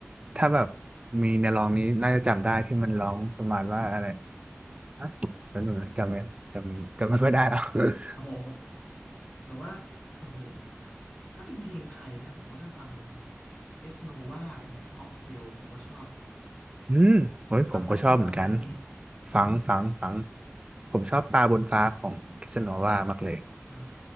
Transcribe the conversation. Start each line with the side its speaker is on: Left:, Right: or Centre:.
Right: ถ้าแบบมีในร้องนี้น่าจะจำได้ที่มันร้องประมาณว่าอะไรฮะแล้วหนูจำไม่จำจำไม่ค่อยได้แล้ว
Left: โอ้โห
Right: <laughs>
Left: แต่ว่าโอ้โหถ้าเป็นเพลงไทยนะผมก็จะฟังเกสโนวาอย่างเงี้ยค็อกเทลผมก็ชอบ
Right: อืมโอ้ยผมก็ชอบเหมือนกัน
Left: ฟังไหม คุณฟังไหมเรื่องนี้เออ
Right: ฟังฟังฟังผมชอบปลาบนฟ้าของกิสโนวามากเลย
Left: อ่า